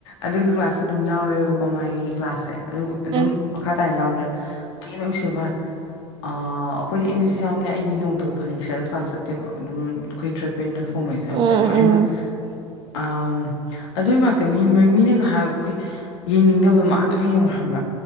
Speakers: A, on the left; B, on the right.
A: ꯑꯗꯨꯒꯤ ꯀ꯭ꯂꯥꯁꯁꯦ ꯑꯗꯨꯝ ꯌꯥꯎꯋꯦꯕꯀꯣ ꯃꯥꯥꯏꯒꯤ ꯀ꯭ꯂꯥꯁꯁꯦ ꯑꯗꯨꯕꯨ ꯑꯗꯨꯝ
B: ꯎꯝ
A: ꯃꯈꯥ ꯇꯥꯅ ꯌꯥꯎꯗ꯭ꯔꯦ ꯊꯤ ꯅꯨꯛꯁꯤꯕ ꯑꯥ ꯑꯈꯣꯏꯗꯤ ꯑꯦꯟꯖꯤꯁꯤ ꯌꯥꯎꯕꯅꯤꯅ ꯑꯩꯗꯤ ꯅꯣꯡꯇ ꯐꯅꯦꯛ ꯁꯦꯠꯂꯛ ꯀ꯭ꯂꯥꯁ ꯆꯠꯇꯦꯕ ꯑꯗꯨꯝ ꯑꯩꯈꯣꯏ ꯇ꯭ꯔꯦꯛꯄꯦꯟꯗ ꯐꯣꯃꯦꯟ ꯁꯦꯠꯂ
B: ꯎꯝ
A: ꯑꯗꯨꯝ ꯆꯠꯂꯦꯕ ꯑꯩꯃ
B: ꯎꯝ
A: ꯑꯝ ꯑꯗꯨꯏ ꯃꯔꯛꯇ ꯃꯤ ꯃꯤꯅꯒ ꯍꯥꯏꯔꯛ ꯈꯨꯏ ꯌꯦꯡꯅꯤꯡꯗꯕꯗꯣ ꯃꯥ ꯑꯗꯨꯝ ꯌꯦꯡꯉꯣ ꯍꯥꯏꯕ